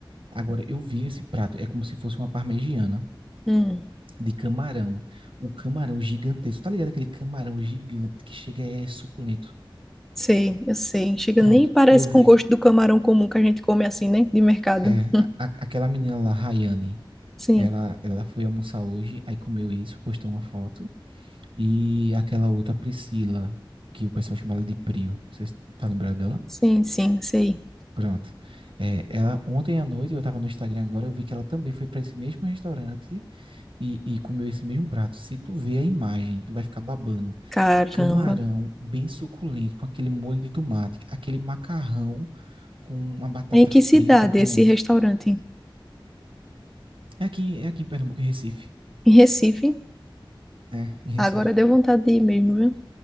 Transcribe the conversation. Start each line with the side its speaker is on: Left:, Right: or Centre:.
Right: Agora, eu vi esse prato, é como se fosse uma parmegiana
Centre: Hum,
Right: de camarão. O camarão gigantesco, tá ligado? Aquele camarão gigante que chega é suculento.
Centre: sei, eu sei. Chega,
Right: Pronto,
Centre: nem parece
Right: eu vi
Centre: com o gosto
Right: que
Centre: do camarão comum que a gente come assim, né? De mercado.
Right: é,
Centre: Hum,
Right: a- a- aquela menina lá, Rayane,
Centre: Sim,
Right: ela, ela foi almoçar hoje, aí comeu isso, postou uma foto. E aquela outra Priscila, que o pessoal chama ela de Prio, vocês tá lembrado dela?
Centre: sim, sim, sei.
Right: Pronto. É, ela ontem à noite, eu estava no Instagram agora, eu vi que ela também foi para esse mesmo restaurante e, e comeu esse mesmo prato. Se tu vê a imagem, tu vai ficar babando.
Centre: Caramba.
Right: Camarão bem suculento, com aquele molho de tomate, aquele macarrão com uma batata
Centre: É em que
Right: frita,
Centre: cidade
Right: com...
Centre: esse restaurante?
Right: É aqui, é aqui em Pernambuco, em Recife.
Centre: Em Recife?
Right: É, em Recife.
Centre: Agora deu vontade de ir mesmo, viu?